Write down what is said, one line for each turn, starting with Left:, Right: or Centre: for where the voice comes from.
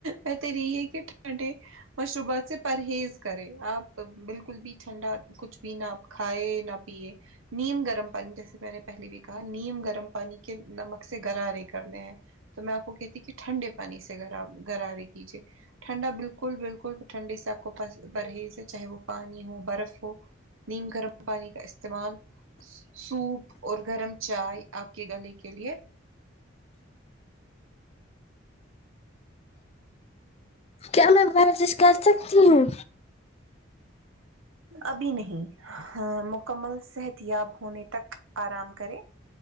Right: بہتر یہی ہے کہے مشروبات سے پرہیز کرے آپ بالکل بھی ٹھنڈا کچھ بھی نہ آپ کھائے نہ پیے نیم گ رم پانی جیسے میں نے پہلی بھی کہا نیم گرم پانی کے نمک سے گرارے کرنے ہیں تو میں آپ کو کہتی کہ ٹھنڈے پانی سے گرا گرارے کیجے ٹھنڈا بالکل بالکل ٹھنڈے سے آپ کو پرہیز چاہے وہ پانی ہو برف ہو نیم گرم پانی کا استعمال سوپ اور گرم چائے آپ کے گلے کے لیے
Left: کیا میں ورزش کر سکتی ہوں
Right: ابھی نہیں ہاں مکمل صحت یاب ہونے تک آرام کرے